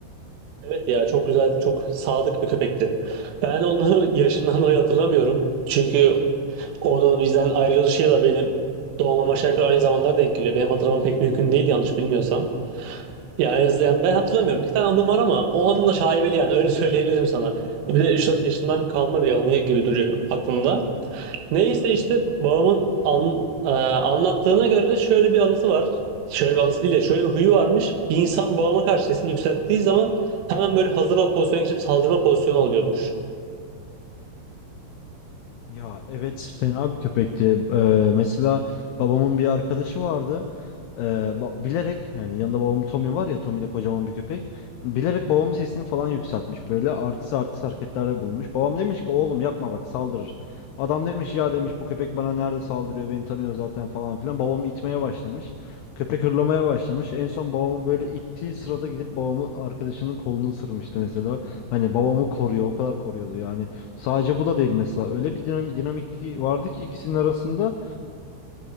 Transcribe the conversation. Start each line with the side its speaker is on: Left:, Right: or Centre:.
Right: Evet ya çok güzel, çok sadık bir köpekti. Ben onu <laughs> yaşından dolayı hatırlamıyorum. Çünkü onun bizden ayrılışıyla benim doğmam aşağı yukarı aynı zamanlara denk geliyor. Benim hatırlamam pek mümkün değil yanlış bilmiyorsam. Ya en azından yani ben hatırlamıyorum. Bir tane anım var ama o anım da şaibeli yani öyle söyleyebilirim sana. Bir de üç dört yaşından kalma bir anı gibi duruyor aklımda. Neyse işte babamın an- e, anlattığına göre de şöyle bir anısı var. Şöyle bir anısı değil ya şöyle bir huyu varmış. Bir insan babama karşı sesini yükselttiği zaman hemen böyle hazır ol pozisyona geçip saldırma pozisyonu alıyormuş.
Left: Ya evet fena bir köpekti. Ee, mesela babamın bir arkadaşı vardı. Ee, ba- bilerek yani yanında babamın Tommy var ya Tommy de kocaman bir köpek. Bilerek babamın sesini falan yükseltmiş böyle artist artist hareketlerde bulunmuş. Babam demiş ki oğlum yapma bak saldırır. Adam demiş ya demiş bu köpek bana nerede saldırıyor beni tanıyor zaten falan filan. Babamı itmeye başlamış. Köpek hırlamaya başlamış. En son babamı böyle ittiği sırada gidip babamı arkadaşının kolunu ısırmıştı mesela. Hani babamı koruyor o kadar koruyordu yani. Sadece bu da değil mesela. Öyle bir dinam- dinamik vardı ki ikisinin arasında